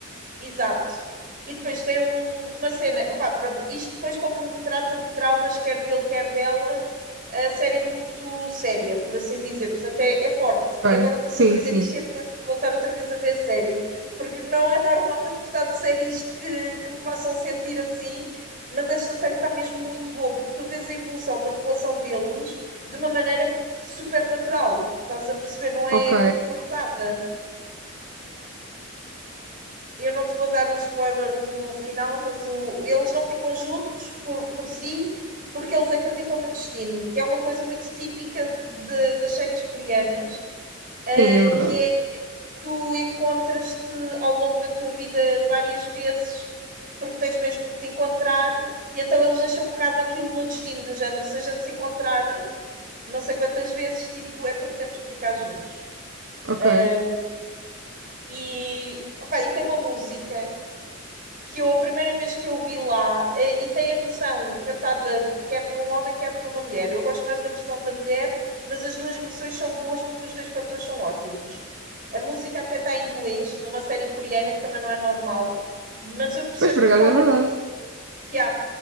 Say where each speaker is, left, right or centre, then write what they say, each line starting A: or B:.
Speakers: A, on the right; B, on the right.
A: Exato. E depois tem um- uma cena. Opá, pronto, isto depois, como trata de traumas, quer dele, quer dela, a série é muito séria, por assim dizer. Portanto, é, é forte.
B: Ok.
A: E agora estou-te
B: Sim,
A: a dizer
B: sim.
A: isto e apetece-me voltar outra vez a ver a série, porque não é normal eu gostar de séries que, que me façam sentir assim, mas esta série está mesmo muito boa, porque tu vês a evolução da relação deles de uma maneira super natural. Estás a perceber? Não é
B: Ok.
A: tipo forçada eu não te vou dar o spoiler do final, mas o, eles não ficam juntos por, por si porque eles acreditam no destino, que é uma coisa muito típica de- das séries coreanas, eh,
B: Sim, é verdade.
A: que é tu encontras-te ao longo da tua vida várias vezes porque tens mesmo de te encontrar, e então eles deixam um bocado aquilo no destino do género. Se a gente se encontrar não sei quantas vezes, tipo, é porque temos que ficar juntos.
B: Ok.
A: Eh, E, opá, e tem uma música que eu, a primeira vez que eu vi lá, eh, e tem a versão cantada quer por um homem, quer por uma mulher. Eu gosto mais da versão da mulher, mas as duas versões são boas porque os dois cantores são ótimos. A música até está em inglês, numa série coreana que também não é normal, mas eu percebo
B: Pois, por acaso
A: totalmente.
B: é verdade.
A: Yeah.